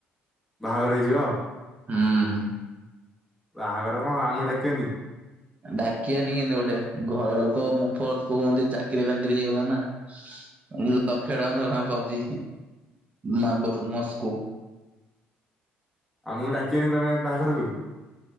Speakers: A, in the centre; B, on the right.
A: ବାହାଘର ହେଇଯିବ?
B: ହୁଁ ଉଁ
A: ବାହାଘର ହବ, ଆମକୁ ଡାକିବନି?
B: ଡାକି ଆନି କେମତି ଗୋଟେ, ଘର ଲୋକ <unintelligible> ଚାକିରି ଫାକିରି ହେଇଗଲା ନା ଲକ୍ଷେ ଟଙ୍କା ଦରମା ପାଉଚି, ମା <unintelligible> ମସ୍କୁୋ।
A: ଆମକୁ ଡାକିବନି ତମେ ବାହାଘରକୁ?